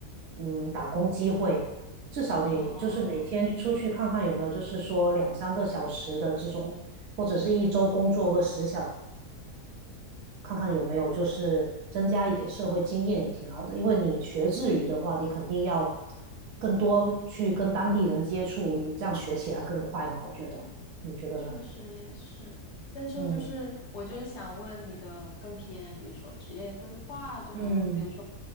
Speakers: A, on the right; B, on the left.
A: 嗯打工机会。至少你就是每天出去看看有没有，
B: 哦，
A: 就是说两三个小时的这种，或者是一周工作个十小，看看有没有就是增加一点社会经验也挺好的。因为你学日语的话，你肯定要更多去跟当地人接触，你这样学起来更快嘛，我觉得，你觉得呢？
B: 确实也是，但是就是我就是想问你的更偏，
A: 嗯
B: 比如说职业规划这条路，
A: 嗯
B: 比如说。